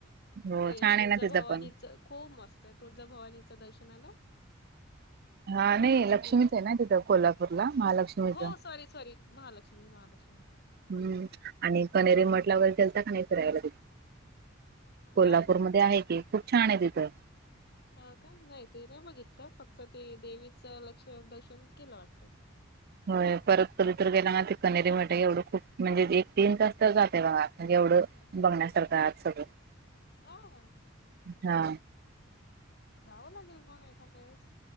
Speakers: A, on the right (about 50°); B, on the left (about 55°).
A: हो
B: ते
A: छान
B: तुळझाभवानीच
A: आहे ना तिथं पण
B: खूप मस्त तुळझा भवानीच दर्शनाला?
A: हा नाही
B: गेली
A: लक्ष्मीच
B: होती
A: आहे ना तिथं कोल्हापूरला महालक्ष्मीच.
B: हो सॉरी सॉरी महालक्ष्मी महालक्ष्मी
A: हम्म आणि कनेरी म्हटला वगैरे चलता का नाही फिरायला.
B: नाही
A: कोल्हापूरमध्ये आहे कि खूप छान आहे तिथं.
B: हा का नाही ते नाही बघितलं फक्त ते देवीचं लक्ष दर्शन केलं वाटतस.
A: होय परत कत्र गेला ना. कनेरी म्हट एवढं खूप म्हणजे एक तीन तास तर जाते बघा म्हणजे एवढं. बघण्यासारखं आज सगळं.
B: हा.
A: हा.
B: जावं लागेल मग एखाद्या वेळेस